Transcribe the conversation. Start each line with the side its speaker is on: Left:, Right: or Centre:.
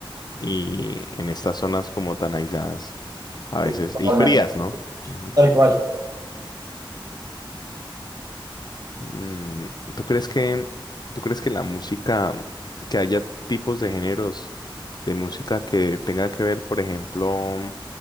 Left: y en estas zonas como tan aisladas a veces
Right: Sí, totalmente.
Left: y frías, ¿no? Ujú.
Right: Tal cual.
Left: Mm, ¿tú crees que, tú crees que la música, que haya tipos de géneros de música que tenga que ver, por ejemplo,